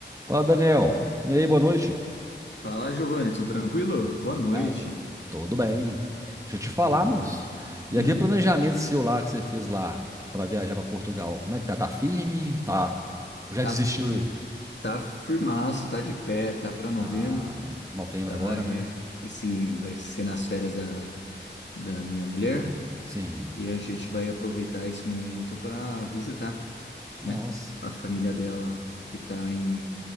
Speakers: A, on the right; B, on the left.
A: Fala, Daniel. E aí, boa noite?
B: Fala, Giovanni, tudo tranquilo? Boa noite.
A: Cara, tudo bem. Deixa eu te falar,
B: Bom.
A: moço.
B: Hum,
A: E aquele planejamento seu lá que você fez lá pra viajar pra Portugal, como é que tá? Tá firme? Tá. Ou já
B: tá,
A: desistiu?
B: fir- tá firmaço, tá de pé, tá pra novembro,
A: Ah, novembro
B: tá?
A: agora,
B: É,
A: né?
B: esse vai ser nas férias da, da minha mulher
A: Sim.
B: e a gente vai aproveitar esse momento pra visitar,
A: Nossa.
B: né? A família dela que tá em